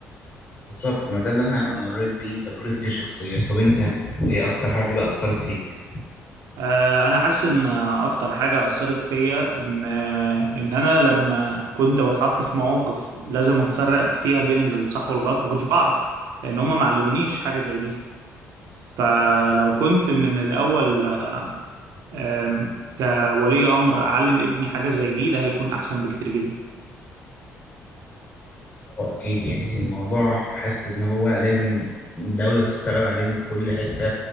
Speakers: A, on the left; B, on the right.
A: بالظبط ما ده اللي انا مريت بيه تجربتي الشخصية طب انت ايه اكتر حاجة اثرت فيك
B: آه، انا حاسس ان اكتر حاجه اثرت فيا ان آه، ان انا لما كنت بتحط في مواقف لازم افرق فيها بين الصح والغلط ما كنتش بعرف لان هم ما علمونيش حاجه زي دي فلو كنت من الاول آم، كولي امر اعلم ابني حاجه زي دي ده هيكون احسن بكتير جدا
A: اه اكيد يعني الموضوع حاسس ان هو لازم الدولة تشتغل عليه من كل حتة